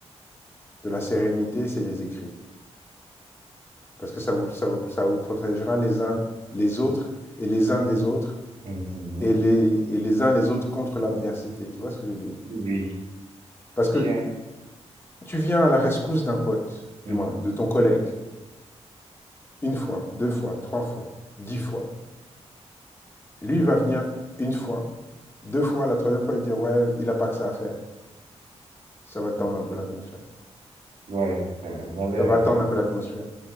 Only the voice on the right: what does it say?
Mhm. Mhm.
Oui,
tiens.
Mhm.
Mhm.
Ouais, euh, vous avez
raison.